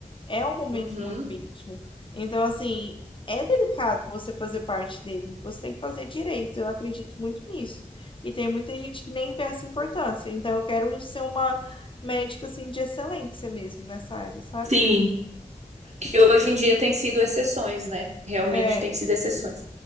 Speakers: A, on the left (about 35°); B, on the right (about 55°).
A: É um momento
B: Uhum,
A: muito íntimo. Então, assim, é delicado você fazer parte dele. Você tem que fazer direito. Eu acredito muito nisso. E tem muita gente que nem vê essa importância. Então, eu quero ser uma médica, assim, de excelência mesmo nessa área, sabe?
B: sim. Que hoje em dia tem sido exceções, né? Realmente
A: É,
B: tem sido exceções.